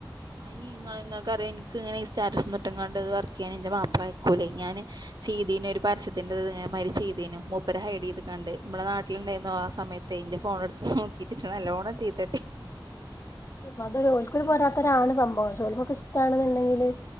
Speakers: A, on the right (about 55°); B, on the left (about 35°).
A: ആ് ഇനി നിങ്ങൾ ഇങ്ങക്കറിയ എനിക്ക ഇങ്ങനെ സ്റ്റാറ്റസിട്ടും കാണ്ട് വർക്ക് ചെയ്യാൻ എൻന്റെ മാപ്ലയയക്കു ആലെ ഞാന് ചെയ്തേന ഒരു പരസ്യത്തിന്റെമാതിരി ചെയ്തേന മൂപ്പരെ ഹൈഡെയ്ത് കാണ്ട് നമ്മുടെ നാട്ടി ണ്ടേനു ആ സമയത്ത് ൻ്റെ ഫോൺ എടുത്ത നോക്കീട്ട് ച്ച് നല്ലോണം ചീത്തട്ടി
B: അതൊൽക്കൂര് പോരാത്തരാണ് സംഭവം ചോല്പ്പൊക്കെ ഇഷ്ടണെന്നുണ്ടെങ്കില്